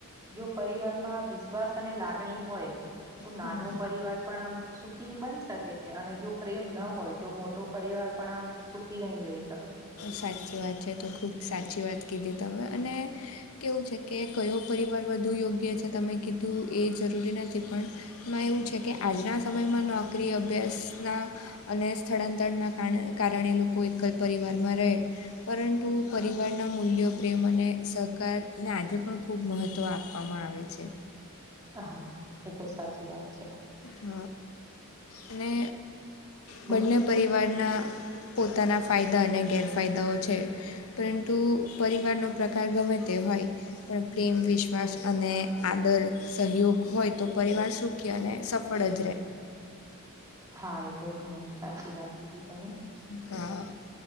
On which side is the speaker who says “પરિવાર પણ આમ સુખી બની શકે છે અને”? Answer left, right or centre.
Right